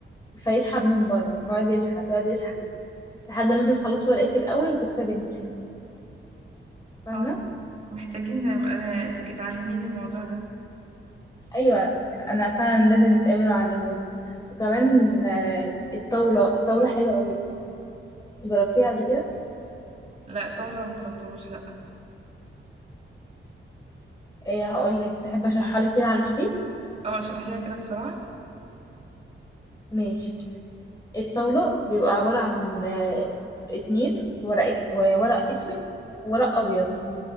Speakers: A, on the left; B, on the right.
A: فيسحب من بره فيقعد يسحب يقعد يسحب لحد ما انت تخلصي ورقك الاول وتكسبي انت فاهمه
B: اه محتاجين نبقى تبقي تعلميني الموضوع ده
A: ايوه انا فعلا لازم نتقابل وعلمولي وكمان آه، الطاوله الطاوله حلوه قوي جربتيها قبل كده
B: لا الطاولة مجربتهوش
A: ايه هقول لك تحب اشرحها لك كده على خفيف
B: اه اشرحيها كده بسرعة
A: ماشي الطاولة بيبقى عبارة عن آه، اتنين ورق ورق اسود وورق ابيض